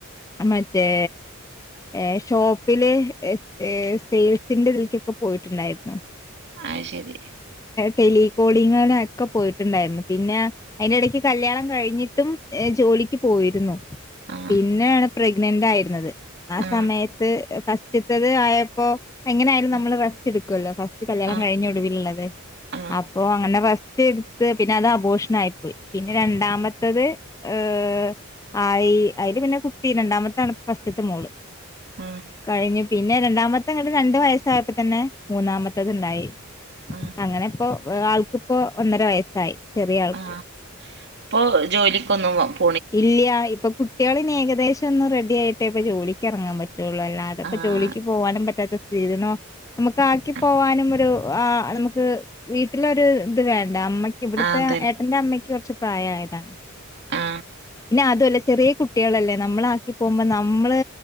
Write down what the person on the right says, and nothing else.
ആ ശരി
ആഹ്
ആഹ്
ആഹ്
ആഹ്
ആഹ്
ആഹ്
ആഹ്
ആ ഇപ്പോ ജോലിക്കൊന്നും പോ
ആഹ്
ആഹ്
ആഹ് അതന്നെ
ആ